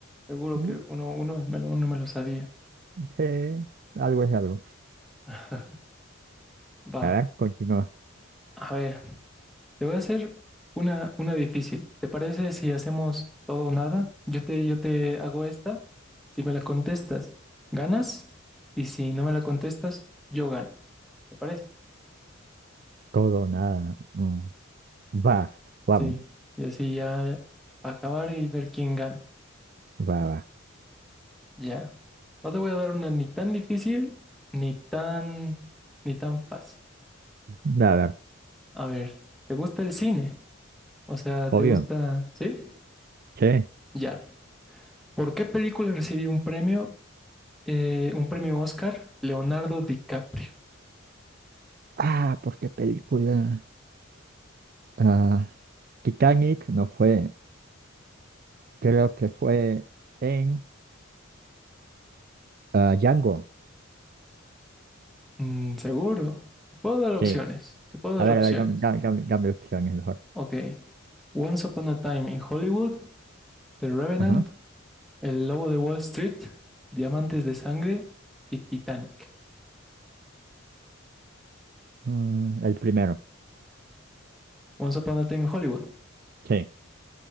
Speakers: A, in the centre; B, on the right.
A: Seguro
B: Mm,
A: que uno, uno, me lo, uno me lo sabía.
B: sí, algo es algo.
A: <laughs> Va,
B: A ver, continúa.
A: a ver. Te voy a hacer una, una difícil. ¿Te parece si hacemos todo o nada? Yo te, yo te hago esta. Si me la contestas, ganas. Y si no me la contestas, yo gano. ¿Te parece?
B: Todo, nada. mm. Va, vamos.
A: Sí. Y así ya para acabar y ver quién gana.
B: Va, va.
A: Ya. No te voy a dar una ni tan difícil, ni tan, ni tan fácil.
B: Va, A ver,
A: A ver, ¿te gusta el cine? O sea,
B: obvio.
A: ¿te gusta? ¿Sí?
B: Sí.
A: Ya. ¿Por qué película recibió un premio? Eh, un premio Oscar, Leonardo DiCaprio.
B: Ah, ¿por qué película? Ah, Titanic no fue. Creo que fue en ah, Django.
A: Mm, seguro. Te puedo dar opciones.
B: Sí.
A: Te puedo
B: A
A: dar
B: ver,
A: opciones.
B: a ver, dame, dame, dame- dame opciones mejor.
A: Ok. Once Upon a Time in Hollywood, The Revenant,
B: Ajá.
A: El Lobo de Wall Street, Diamantes de Sangre y Titanic.
B: Mm, el primero.
A: Once Upon a Time in Hollywood.
B: Sí,